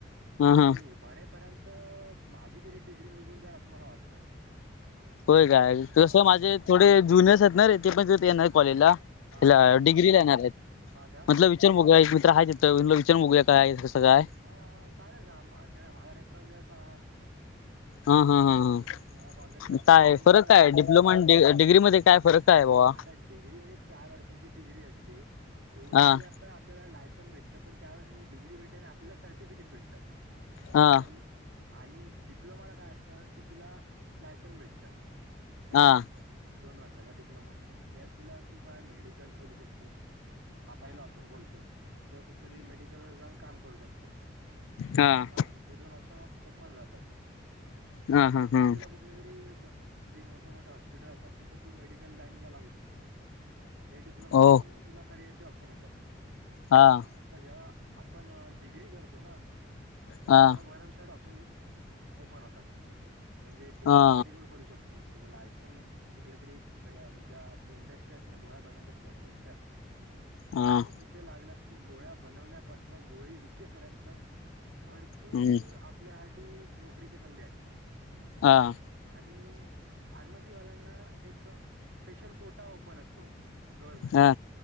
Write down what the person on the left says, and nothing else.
हा
हा
होय काय,
तसं माझे थोडे जुनियर्स आहेत ना रे तेपण तिथं येणार आहेत कॉलेजला.
हेला
डिग्री येणार आहेत.
एकदा विचार बघूया, एक मित्र हाय तिथं. विचार बघूया काय हाय कसं काय?
हां हां हां हां,
काय
फरक
काय,
डिप्लोमा आन डिग्रीमध्ये काय फरक? काय बाबा
हा
हा
हा
हां.
हा हा
हा
ओ
हां.
हा
हा
आं.
हम्म
हां.
हा